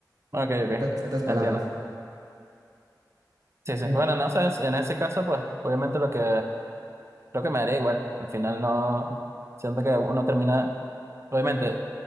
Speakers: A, on the right (about 40°); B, on the right (about 60°).
A: ok,
B: En
A: ok.
B: otras en otras palabras,
A: Entiendo. Sí, sí.
B: En-
A: Bueno, no sé, en ese caso, pues, obviamente lo que creo que me daría igual. Al final no, siento que uno termina, obviamente,